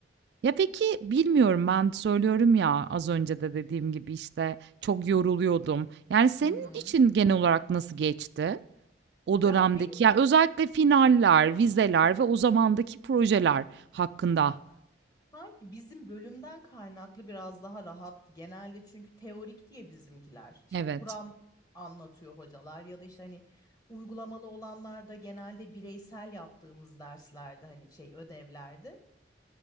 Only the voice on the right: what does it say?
Ya, peki, bilmiyorum ben söylüyorum ya, az önce de dediğim gibi, işte, çok yoruluyordum. Yani, senin
için genel olarak nasıl geçti o
dönemdeki
ya, özellikle finaller, vizeler ve o zamandaki projeler hakkında?
Evet.